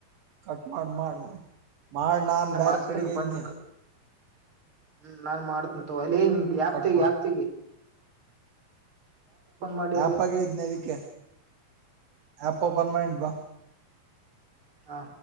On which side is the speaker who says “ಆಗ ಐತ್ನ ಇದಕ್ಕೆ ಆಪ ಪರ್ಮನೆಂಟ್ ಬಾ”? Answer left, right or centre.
Right